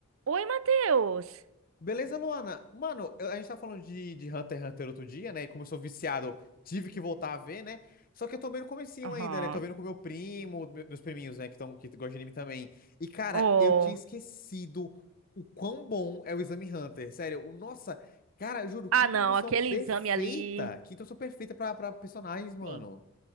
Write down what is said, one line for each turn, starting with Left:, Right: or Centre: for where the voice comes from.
Right: Oi, Matheus!
Left: Beleza, Luana? Mano, eu- a gente tá falando de, de Hunter x Hunter outro dia, né? E como eu sou viciado, tive que voltar a ver, né? Só que eu tô bem no comecinho
Right: Aham.
Left: ainda, né? Tô vendo com meu primo, me- meus priminhos, né? Que, tão, que gostam de anime também. E, cara,
Right: Oh.
Left: eu tinha esquecido o quão bom é o Exame Hunter. Sério, o, nossa, cara, eu juro,
Right: Ah,
Left: que introdução
Right: não, aquele
Left: perfeita!
Right: exame ali.
Left: Que introdução perfeita pra, pra personagens, mano.
Right: Sim,